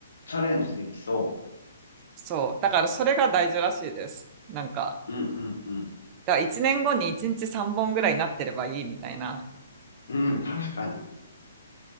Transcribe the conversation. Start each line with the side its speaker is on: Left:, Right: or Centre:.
Left: チャレンジできそ
Right: そう。だからそれが大事らしいです。なんか、
Left: う。うんうんうん。
Right: だから1年後に1日3本ぐらいになってればいいみたいな。
Left: うん、確かに。